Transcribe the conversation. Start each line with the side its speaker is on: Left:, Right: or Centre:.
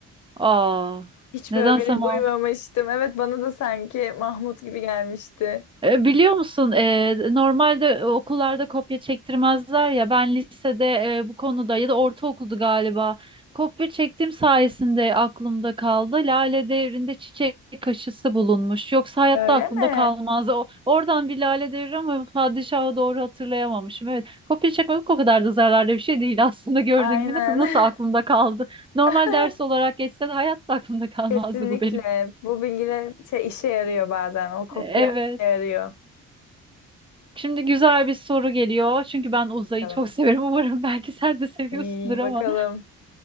Right: Aa,
Left: Hiç
Right: nedense
Left: böyle beni
Right: Mahmut.
Left: duymamıştım. Evet bana da sanki Mahmut gibi gelmişti.
Right: E, Biliyor musun, e, normalde e, okullarda kopya çektirmezler ya ben lisede e, bu konuda ya da ortaokuldu galiba kopya çektiğim sayesinde aklımda kaldı. Lale Devri'nde çiçek aşısı bulunmuş. Yoksa hayatta
Left: Öyle
Right: aklımda
Left: mi?
Right: kalmaz. O, oradan bir Lale Devri ama padişahı doğru hatırlayamamışım. Evet kopya çekmek o kadar da zararlı bir şey değil <laughs> aslında gördüğün
Left: Aynen.
Right: gibi. Ne kız nasıl aklımda kaldı? Normal
Left: <laughs>
Right: ders olarak geçse de hayatta aklımda kalmazdı
Left: Kesinlikle.
Right: bu benim.
Left: Bu bilgiler şey, işe yarıyor bazen. O kopya
Right: E, Evet.
Left: işe yarıyor.
Right: Şimdi güzel bir soru geliyor. Çünkü ben uzayı
Left: Bakalım.
Right: çok <laughs> severim. Umarım belki sen de seviyorsundur
Left: İyi
Right: ama.
Left: bakalım.